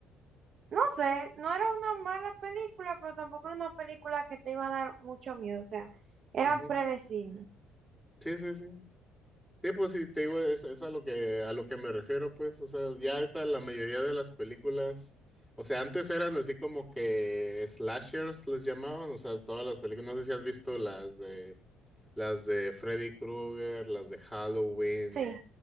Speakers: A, on the right (about 50°); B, in the centre.
A: no sé, no era una mala película, pero tampoco era una película que te iba a dar mucho miedo, o sea, era
B: ujú.
A: predecible.
B: Sí, sí, sí. Sí, pues sí, te digo, es, es a lo que, a lo que me refiero, pues, o sea, ya ahorita la mayoría de las películas, o sea, antes eran así como que slashers les llamaban, o sea, todas las películas, no sé si has visto las de... Las de Freddy Krueger, las de Halloween,
A: Sí,